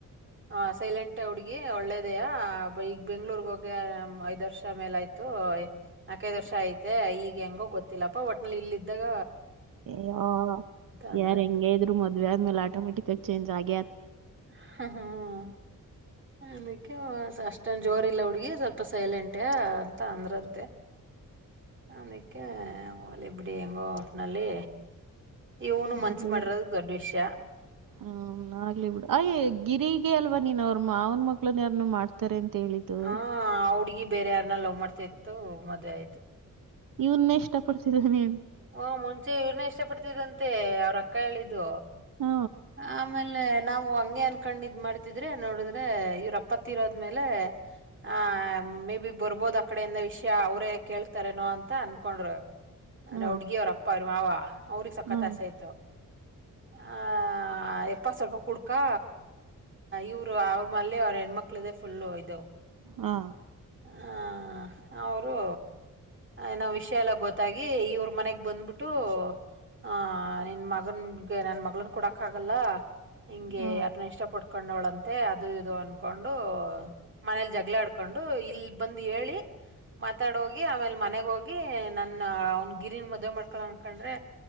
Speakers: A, on the right; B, on the right.
A: ಹ ಸೈಲೆಂಟ್ ಹುಡ್ಗಿ ಒಳ್ಳೇದೆಯ ಈಗ ಬೆಂಗ್ಳೂರ್ ಹೋಗಿ ಐದ್ ವರ್ಷ ಮೇಲಾಯ್ತು ನಾಕೈ ವರ್ಷ ಐತೆ ಈಗ ಹೆಂಗೋ ಗೊತ್ತಿಲ್ಲಪ್ಪ ಒಟ್ನಲ್ಲಿ ಇಲ್ಲಿಇದ್ದಾಗ
B: ಯೋ
A: ಅಂದ್ರಂತೆ
B: ಯಾರ್ ಹೆಂಗೆ ಇದ್ರು ಮದ್ವೆೆ ಆದ್ಮೇಲೆ ಆಟೋಮೆಟಿಕ್ ಆಗ್ ಚೇಂಜ್ ಆಗ್
A: <unintelligible> ಹ್ಮ ಅನಕ್ಕೆಸಷ್ಟ್ ಟ್ಂದ್ ಜೋರ್ಲ್ಲ ಹುಡ್ಗಿ ಸ್ವಲ್ಪ ಸೈಲೆಂಟ್ ಅಂತ ಅಂದ್ರಂತೆ. ಅನಕ್ಕೆ ಹೋಲಿ ಬಿಡಿ ಹೆಂಗೋ ಒಟ್ನಲ್ಲಿ ಇವನು
B: <unintelligible>
A: ಮನ್ಸ್ ಮಾಡಿರೋದು ದೊಡ್ಡ ವಿಷಯ
B: ಹ್ಮ ಆಗ್ಲಿಬಿಡು ಹೈ ಗಿರಿಗೆ ಅಲ್ವಾ ನೀನ್ ಅವ್ರ್ ಮಾವ್ನ ಮಕ್ಳು ಯಾರ್ನು ಮಾಡ್ತಾರೆ ಅಂತ ಹೇಳಿದ್ದು.
A: ಹಾ ಆ ಹುಡ್ಗಿ ಬೇರೆ ಯಾರ್ನ್ನಲ್ಲವ್ವ್ ಮಾಡ್ತೈ ತು ಮದ್ವೆ ಆಯ್ತು.
B: ಇವ್ನೆಷ್ಟ ಪಡ್ತಿದ್ದಾನೇ
A: ಹೊ ಮುಂಚೆ ಇವ್ರ್ನೇ ಇಷ್ಟ ಪಡ್ತಿದಂತೆ ಅವ್ರ ಕ್ಕ ಹೇಳಿದು.
B: ಹ್ಮ
A: <inaudible> ಆಮೇಲೆ ನಾವು ಹಂಗೆ ಅನ್ಕೊಂಡ್ ಇದ್ ಮಾಡ್ತಿದ್ರೆ ನೋಡಿದ್ರೆ ಇವ್ರಪ್ಪ ತ್ತಿರೋದ್ಮೇಲೆ ಆಹ ಮೇ ಬಿ ಬರ್ಬೋದ ಆ ಕಡೆಯಿಂದ ವಿಷ್ಯ ಅವ್ರೇ ಕೇಳ್ತಾರೇನೋ ಅಂತ ಅನ್ಕೊಂಡ್ರು. ಅದ್ರೆ
B: ಹಾ
A: ಹುಡ್ಗಿಯವ್ರ ಅಪ್ಪ ಅವ್ರ್ ಮಾವ ಅವ್ರಿಗೆ ಸಖತ್
B: ಹಾ
A: ಆಸೆಯಿತ್ತು ಆ ಪ್ಪ ಸ್ವಲ್ಪ ಕುಡ್ಕಾ ಇವ್ರು ಅವ್ರ ಮಲ್ಲಿ ಅವ್ರ್ ಹೆಣ್ಮಕ್ಳ್ದೇ ಫುಲ್ಲು ಇದು.
B: ಹಾ
A: ಹ ಅವ್ರು ಏನೋ ವಿಷ್ಯ ಎಲ್ಲ ಗೊತ್ತ್ ತ್ ಗಿ ಇವ್ರ ಮನೆಗ್ ಬಂದ್ಬಿಟ್ಟು ಆಹ ನಿನ್ ಮಗನ್ಗೆ ನನ್ ಮಗ್ಳ್ ಕೊಡಕ್ ಆಗಲ್ಲ ನಿಂಗೆ
B: ಹಾ
A: ಯಾರ್ನ್ನ ಇಷ್ಟ ಪಟ್ಕೊಂಡವ್ಳಂತೆ ಅದು ಇದು ಅನ್ಕೊಂಡು ಮನೇಲಿ ಜಗ್ಳ ಆಡ್ಕೊಂಡು ಇಲ್ಬಂದು ಹೇಳಿ ಮಾತಾಡ್ಹೋಗಿ ಆಮೇಲೆ ಮನೆಗ್ಹೊಗಿ ನನ್ ಅವ್ನ್ ಗಿರಿನ್ ಮದ್ವೆ ಮಾಡ್ಕಳನನ್ಕಂಡ್ರೆ